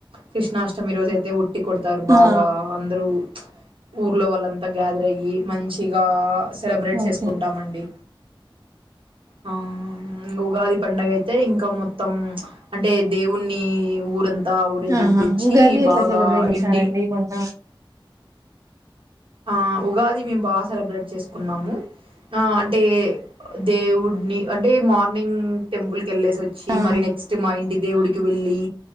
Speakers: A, on the right; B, on the right.
A: కృష్ణాష్టమి రోజు అయితే ఉ ట్టి కోడతారు బాగా
B: ఆ
A: అందరు ఊర్లో వాళ్ళంత గద రయ్యి మంచిగ సెలబ్రేట్ చేసుకుంటం
B: ఓకే
A: అండి ఆ ఇంగ ఉగాది పండగ అయితే ఇంకా మొత్తం అంటే దేవుణ్ణి ఊరంతా ఊరేగింపించి
B: ఆహా ఉగాది ఎట్లా
A: బాగా
B: సెలబ్రేట్ చేసినారండి
A: ఇంటి
B: మొన్న
A: ఆ ఉగాది మేము బా సెలబ్రేట్ చేసుకున్నాము ఆ అంటే దేవుడ్ని అంటే మార్నింగ్ టెంపుల్ కెళ్ళేసి వచ్చి
B: ఆ
A: మరి నెక్స్ట్
B: ఏం
A: మా ఇంటి దేవుడికి వెళ్ళి